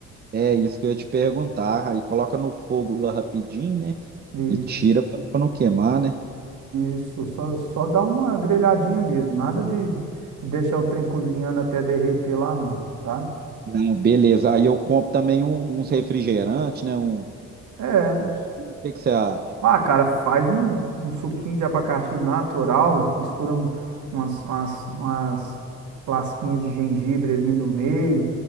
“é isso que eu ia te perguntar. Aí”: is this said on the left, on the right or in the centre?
Right